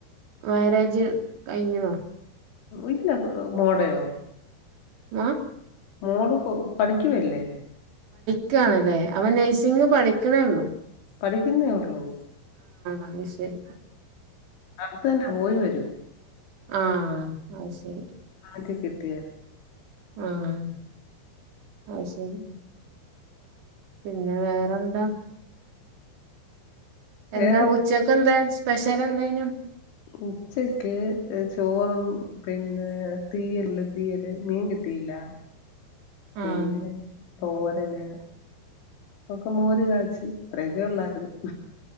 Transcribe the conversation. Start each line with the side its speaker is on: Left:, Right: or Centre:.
Right: മാരേജ് കഴിഞ്ഞിന്നോ
Left: ഇല്ല മോടയോ
Right: ആഹ്
Left: മോള്പ്പോ പഠിക്കുവല്ലേ
Right: <unintelligible> ആണല്ലേ അവൻ നഴ്സിംഗ പഠിക്കണേള്ളു
Left: പഠിക്കുന്നേയുള്ളൂ
Right: അത് ശരി
Left: അടുത്ത് തന്നെ പോയി വരും
Right: ആഹ് അത് ശരി
Left: ക് കിട്ടിയേനെ
Right: ആഹ് അത് ശരി പിന്നെ വേറെന്താ
Left: വേറെ
Right: എന്താ ഉച്ചക്കെന്തെ സ്പെഷ്യൽ എന്തേനു
Left: ഉച്ചക്ക് ചോറും പിന്നെ തീയല് ഉള്ളിതീയല് മീൻ കി ട്ടീല
Right: ആഹ്
Left: പിന്നെ തോരന് ഒക്കെ മോ ര് കാച്ചി ഇത്രയൊക്കെ ഉള്ളായിരുന്നു